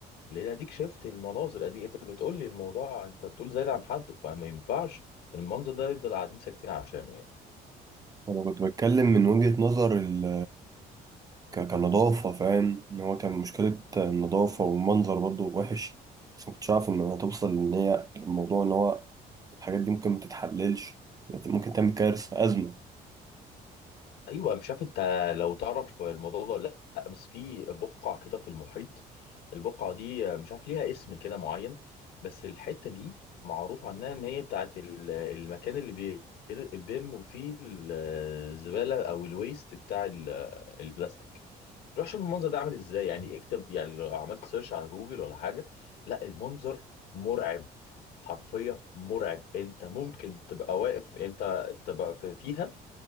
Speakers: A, on the left (about 70°); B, on the right (about 20°).
A: لان اديك شفت المناظر ادي انت بتقول لي الموضوع انت بتقول زايد عن حده فما ينفعش المنظر ده يفضل قاعدين ساكتين عشانه يعني
B: أنا كنت بتكلم من وجهة نظر ال ك- كنظافة فاهم إن هو كان مشكلة النظافة والمنظر برضو وحش بس مكنتش عارف إن هتوصل إن هي الموضوع إن هو الحاجات دي ممكن متتحللش يعني ممكن تعمل كارثة أزمة
A: ايوه مش عارف انت لو تعرف الموضوع ده ولا لا بس في بقعه كده في المحيط البقعه دي مش عارف ليها اسم كده معين بس الحته دي معروف عنها ان هي بتاعت ال- المكان اللي بي- اللي بيرموا فيه الزباله او الويست بتاع ال- البلاستيك روح شوف المنظر ده عامل ازاي يعني اكتب يعني لو عملت سيرش على جوجل ولا حاجه لا المنظر مرعب حرفيا مرعب انت ممكن تبقى واقف انت تبقى في- فيها